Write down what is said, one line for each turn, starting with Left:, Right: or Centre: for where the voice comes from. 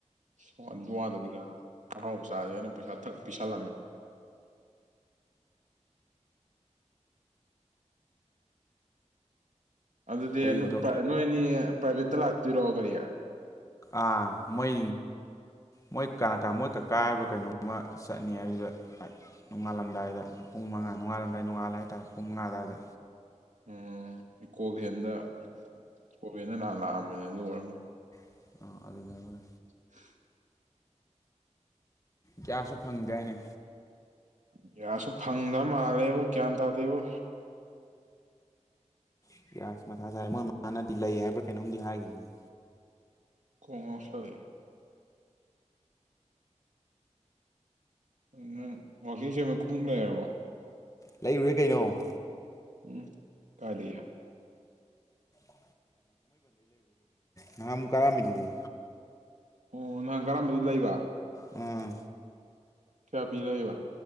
Right: <unintelligible> ꯋꯥꯗꯗꯤ ꯀꯩꯅꯣ ꯑꯍꯥꯎ ꯆꯥꯁꯦꯅ ꯄꯩꯁꯥ ꯊꯛ ꯄꯤꯁꯜꯂꯝꯃꯦ ꯑꯗꯨꯗꯤ
Left: ꯑꯩꯗꯣ
Right: <unintelligible> ꯅꯣꯏꯅꯤ ꯄꯔꯥꯏꯕꯦꯠꯇ ꯂꯥꯛꯇꯣꯏꯔꯣ ꯒꯔꯤ
Left: ꯑꯩ ꯃꯣꯏ ꯃꯣꯏ <unintelligible> ꯀꯥꯀꯥ ꯍꯥꯏꯕꯔꯥ ꯀꯩꯅꯣꯝꯃ ꯆꯠꯅꯤ ꯍꯥꯏꯗꯨꯗ ꯅꯣꯉꯥꯜꯂꯝꯗꯥꯏꯗ ꯄꯨꯡ ꯃꯉꯥ ꯅꯣꯉꯥꯜꯂꯝꯗꯥꯏ ꯅꯣꯉꯥꯜꯂꯒ ꯍꯥꯏ ꯇꯥꯔꯦ ꯄꯨꯡ ꯃꯉꯥ ꯑꯗꯥꯏꯗ
Right: ꯎꯝ ꯏꯀꯣ ꯕꯦꯟꯗ ꯏꯀꯣ ꯕꯦꯟꯗ ꯅꯍꯥꯟ ꯂꯥꯛ ꯑꯝꯕꯅꯤ ꯑꯗꯨ ꯑꯣꯏꯔꯝꯅꯤ
Left: <unintelligible>
Right: <unintelligible>
Left: ꯒꯌꯥꯁꯁꯨ ꯐꯪꯗꯦ ꯍꯥꯏꯅꯦ
Right: ꯒꯌꯥꯁꯁꯨ ꯐꯪꯗ ꯃꯥꯜꯂꯦꯕꯣ ꯒꯌ꯭ꯥꯟ ꯇꯥꯗꯦꯕꯣ
Left: <inaudible> ꯃꯊꯥ ꯁꯔꯦ ꯃꯣꯏ ꯃꯅꯗꯤ ꯂꯩ ꯍꯥꯏꯕꯔꯥ ꯀꯩꯅꯣꯝꯗꯤ ꯍꯥꯏꯈꯤꯕꯅꯦ
Right: ꯀꯣꯛ ꯉꯥꯎꯁꯜꯂꯛ ꯑꯦ ꯎꯝ ꯅꯪ ꯋꯥꯀꯤꯡ ꯆꯦꯟꯕꯩ ꯈꯨꯃꯨꯛ ꯂꯩꯔꯕꯣ
Left: ꯂꯩꯔꯨꯔꯦ ꯀꯩꯅꯣ
Right: ꯎꯝ ꯀꯔꯤ
Left: <inaudible> <inaudible> ꯅꯥꯍꯟꯃꯨꯛ ꯀꯥꯔꯛꯑꯝꯃꯤꯗꯨꯗꯤ
Right: ꯑꯣ ꯅꯍꯥꯟ ꯀꯥꯔꯛ ꯑꯝꯕꯗꯨꯗ ꯂꯩꯕ
Left: ꯑꯥ
Right: ꯀꯌꯥ ꯄꯤ ꯂꯩꯔꯤꯕ